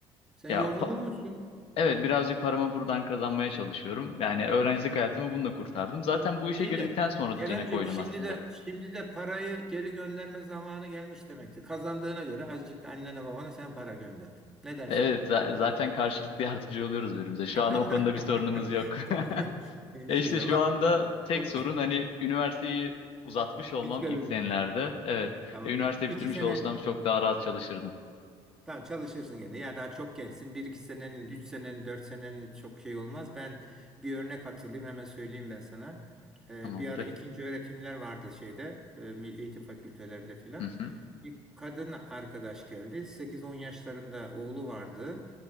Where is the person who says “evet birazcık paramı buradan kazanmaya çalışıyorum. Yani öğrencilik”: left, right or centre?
Left